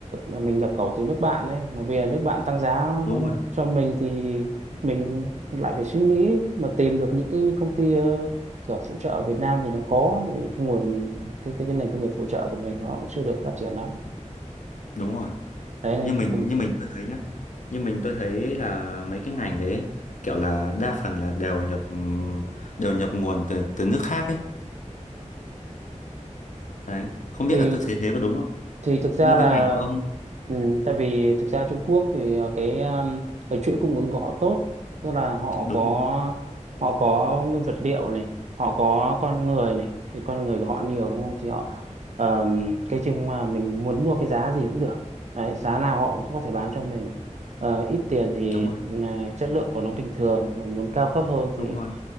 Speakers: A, on the right; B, on the left.
A: à, mình nhập khẩu từ nước bạn đấy mà bây giờ nước bạn tăng giá
B: đúng rồi,
A: cho mình thì mình lại phải suy nghĩ mà tìm được những cái công ty ờ, kiểu phụ trợ ở Việt Nam thì nó có tại vì cái nguồn cái cái, cái nền công nghiệp phụ trợ của mình nó cũng chưa được phát triển lắm
B: đúng rồi.
A: đấy nên
B: như mình
A: cũng không
B: như mình tôi thấy nhá như mình tôi thấy là mấy cái ngành đấy kiểu là đa phần là đều nhập ừm, đều nhập nguồn từ từ nước khác ấy đấy không biết
A: thì
B: là tôi thấy thế có đúng không
A: thì thực ra
B: như
A: là
B: cái ngành của ông
A: ừ, tại vì thực ra Trung Quốc thì ờ, cái um, cái chuỗi cung ứng của họ tốt tức là họ
B: đúng
A: có
B: rồi
A: họ có nguyên vật liệu này họ có con người này thì con người của họ nhiều đúng không thì họ ờm, cái chung mà mình muốn mua cái giá gì cũng được đấy giá nào họ cũng có thể bán cho mình Ờ, ít tiền thì
B: đúng rồi
A: ừ, chất lượng của nó bình thường mà muốn cao cấp hơn thì
B: đúng rồi